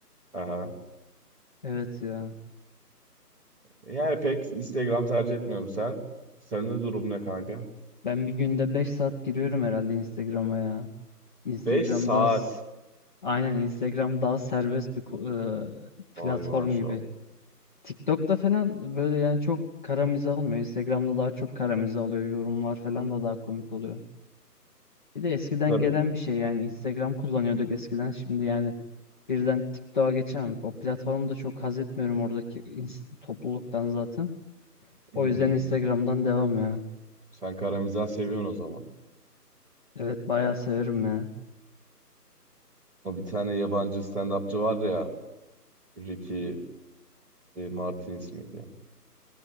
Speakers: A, in the centre; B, on the left.
A: Aha.
B: Evet ya.
A: Yani pek Instagram tercih etmiyorum sen. Sende durum ne kanka?
B: Ben bir günde 5 saat giriyorum herhalde Instagram'a ya. Instagram
A: 5 saat.
B: daha s- aynen Instagram daha serbest bir ko- e, platform
A: Ay maşallah.
B: gibi. TikTok'ta falan böyle yani çok kara mizah olmuyor. Instagram'da daha çok kara mizah oluyor. Yorumlar falan da daha komik oluyor. Bir de eskiden
A: Kar-
B: gelen bir şey yani Instagram kullanıyorduk eskiden şimdi yani birden TikTok'a geçemem. O platformu da çok haz etmiyorum oradaki ins- topluluktan zaten.
A: Hmm.
B: O yüzden Instagram'dan devam ya.
A: Sen karamizah seviyorsun o zaman.
B: Evet bayağı severim ya.
A: O bir tane yabancı stand-upçı var ya. Ricky e, Martins miydi?